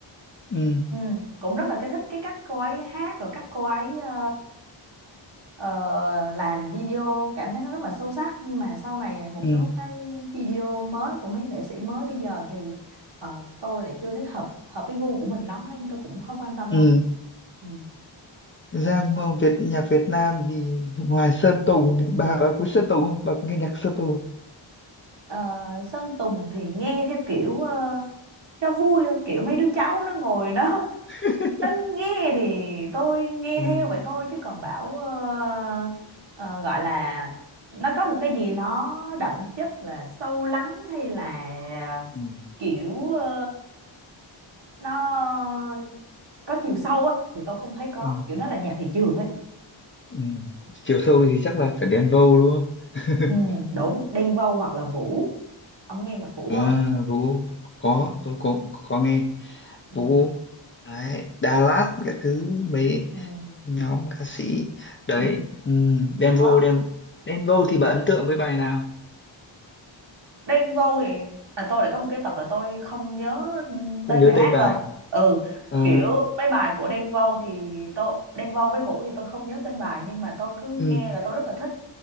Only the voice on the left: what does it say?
ừ
ừ
ừ
ra ngo- Việt nhạc Việt Nam thì ngoài Sơn Tùng thì bà, bà quý Sơn Tùng không? Bà có nghe nhạc Sơn Tùng không?
<laughs>
Ừ,
ừ,
ừ,
ừ. Chiều sâu thì chắc là phải đen Vâu đúng không? <laughs>
À,
Vũ có
tôi có có nghe
Vũ đấy Đà Lạt các thứ mấy
nhóm ca sĩ đấy
ừ, Đen
Vâu Đen Đen Vâu thì bà ấn tượng với bài nào
không
nhớ
tên
bài
Ờ,
ừ,